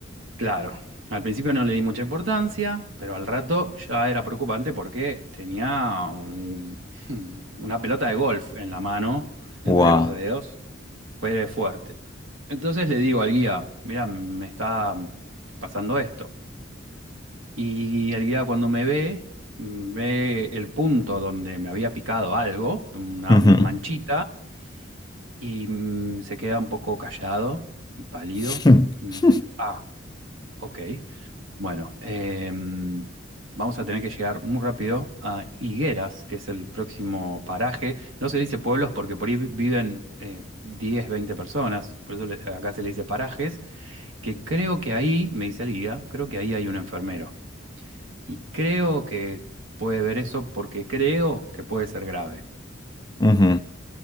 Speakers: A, on the right (about 85°); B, on the left (about 20°).
A: Claro, al principio no le di mucha importancia, pero al rato ya era preocupante porque tenía un- <laughs> una pelota de golf en la mano, entre
B: Wow.
A: los dedos, fue fuerte. Entonces le digo al guía, mira, me está pasando esto. Y el guía cuando me ve, mm, ve el punto donde me había picado algo, una
B: Ujú.
A: manchita, y mm, se queda un poco callado y pálido
B: <laughs>
A: y me dice, ah, ok, bueno, em, vamos a tener que llegar muy rápido a Higueras, que es el próximo paraje. No se le dice pueblos porque por ahí vi- viven eh, 10, 20 personas, por eso le- acá se le dice parajes, que creo que ahí, me dice el guía, creo que ahí hay un enfermero. Y creo que puede ver eso porque creo que puede ser grave.
B: Ujú,